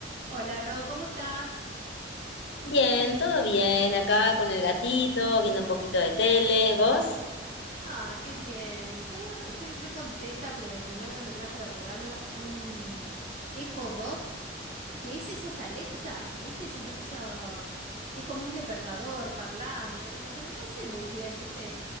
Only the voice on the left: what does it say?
Bien, todo bien, acá con el gatito, viendo un poquito de tele, ¿vos?